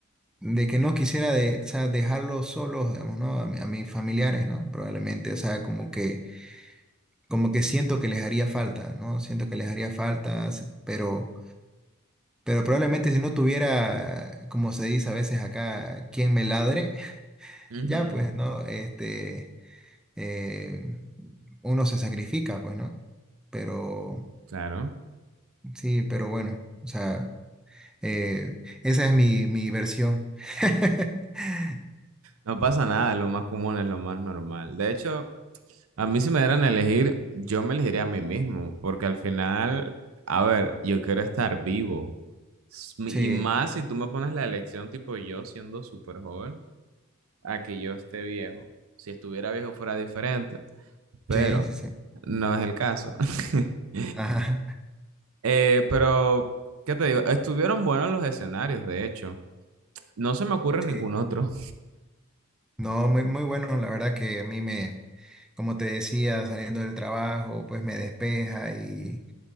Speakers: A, in the centre; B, on the right.
A: de que no quisiera de- o sea, dejarlos solos, digamos, ¿no? A, mi- a mis familiares, ¿no? Probablemente, o sea, como que como que siento que les haría falta, ¿no? Siento que les haría falta, se- pero, pero probablemente si no tuviera, como se dice a veces acá, quien me ladre, <laughs>
B: Ujú,
A: ya pues, ¿no? Este, eh, uno se sacrifica, pues, ¿no? Pero,
B: Claro.
A: sí, pero bueno, o sea, eh, esa es mi, mi versión. <laughs>
B: No pasa nada, lo más común es lo más normal. De hecho, a mí si me dieran a elegir, yo me elegiría a mí mismo, porque al final, a ver, yo quiero estar vivo. S- mi-
A: Sí,
B: Y más si tú me pones la elección tipo yo siendo súper joven, a que yo esté viejo. Si estuviera viejo fuera diferente, pero
A: sí, sí, sí.
B: no es el caso. <laughs>
A: Ajá,
B: Eh, pero, ¿qué te digo? Estuvieron buenos los escenarios, de hecho. No se me
A: <laughs>
B: ocurre ningún
A: sí.
B: otro.
A: No, muy, muy bueno, la verdad que a mí me, como te decía, saliendo del trabajo, pues me despeja y,